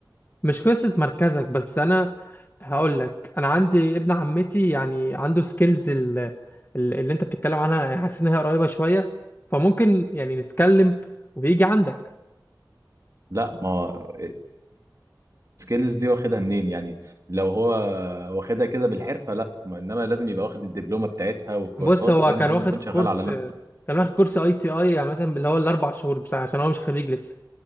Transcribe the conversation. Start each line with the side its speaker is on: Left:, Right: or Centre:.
Left: مش قصة مركزك بس أنا هقول لك أنا عندي ابن عمتي يعني عنده سكيلز اللي أنت بتتكلم عنها يعني حاسس إن هي قريبة شوية فممكن يعني نتكلم ويجي عندك
Right: لا ما هو السكيلز دي واخدها منين يعني لو هو واخدها كده بالحرفه لا ما- انما لازم يبقى واخد الدبلومه بتاعتها والكورسات
Left: بص هو
Right: فاهم
Left: كان
Right: لازم
Left: واخد
Right: يكون
Left: كورس
Right: شغال على نفسه
Left: كان واخد كورس أي تي أي يعني مثلا اللي هو الأربع شهور بتاع عشان هو مش خريج لسه